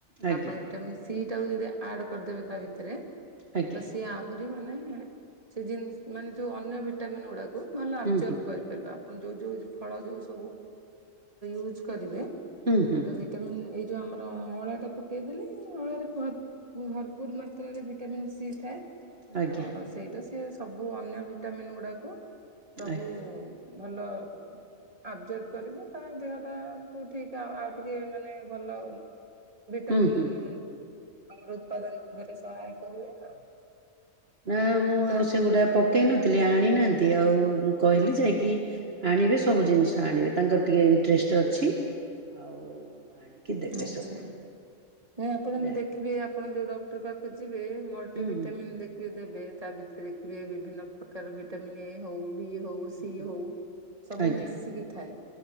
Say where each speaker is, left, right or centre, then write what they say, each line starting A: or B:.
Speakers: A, on the right; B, on the right.
A: ଆଜ୍ଞା
B: ଆପଣ ଭିଟାମିନ ସିଟାକୁ ଯଦି ଆଡ କରିଦେବେ ତା ଭିତରେ
A: ଆଜ୍ଞା
B: ତ ସିଏ ଆହୁରି ସି ମାନେ ହିଁ ସେଜିନ୍ ମାନେ ଯେଉ ଅନ୍ୟ ଭିଟାମିନ ଗୁଡ଼ାକୁ ଭଲ ଆବଜରବ୍
A: ହୁଁ ହୁଁ
B: କରିବ। ଆପଣ ଯୋଉ ଯୋଉ ଫଳ ଯୋଉ ସବୁ ୟୁଜ କରିବେ
A: ହୁଁ ହୁଁ
B: ତମ ଏଇ ଯୋଉ ଆମର ଅଁଳା ଟା ପକେଇ ଦେଲେ ଅଁଳାରେ ଭରପୁର ମାତ ଭିଟାମନ୍ ସି ଥାଏ
A: ଆଜ୍ଞା
B: ତ ସେଇଟା ସି ସବୁ ଅନ୍ୟ ଭିଟାମନ୍ ଗୁଡାକୁ ସବୁ
A: ଆଜ୍ଞା
B: ଭଲ ଆବଜର୍ଭ କରିବ ତା ଦେହଟାକୁ ଠିକ ଆ ଆଉ ଟିକେ ମାନେ ଭଲ ଭିଟାମିନ୍
A: ହୁଁ ହୁଁ।
B: ଆମର ଉତ୍ପାଦନ ଭାବରେ ସହାୟକ ହୁଏ। ଆଉ।
A: ନା ମୁଁ
B: ପୁରା
A: ଆଉ ସେ ଗୁଡ଼ାକ ପ ପକେଇ ନଥିଲି ଆଣିନାହାନ୍ତି ଆଉ ମୁଁ କହିଲି ଯାଇକି ଆଣିବେ ସବୁ ଜିନିଷ ଆଣିବେ ତାଙ୍କର ଟିକେ ଇଣ୍ଟରେଷ୍ଟ ଅଛି ଆଉ ଦେବେ
B: ଆଚ୍ଛା
A: ସବୁ
B: ଆପଣ ବି
A: ଯା
B: ଦେଖିବେ ଆପଣ ଯୋଉ ଡକ୍ଟର ପାଖକୁ ଯିବେ ମଲ୍ଟି
A: ହୁଁ
B: ଭିଟାମିନ୍
A: ହୁଁ
B: ଦେଖିବେ ଦେବେ ତା ଭିତରେ ଦେଖିବେ ବିଭିନ୍ନ ପ୍ରକାର ଭିଟାମିିନ ଏ ହଉ ବି ହଉ ସି
A: ହୁଁ
B: ହଉ ସବୁ
A: ଆଜ୍ଞା
B: ମିଶିକି ଥାଏ।